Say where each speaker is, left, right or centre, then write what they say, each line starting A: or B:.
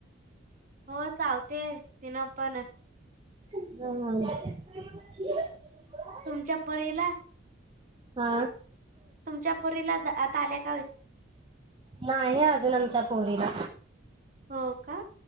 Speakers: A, on the right; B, on the right.
A: हो चावते तिनं पण.
B: हम ह.
A: तुमच्या परीला?
B: हा
A: तुमच्या पुरीला दात आल्यात?
B: नाही अजून आमच्या पोरीला.
A: हो का.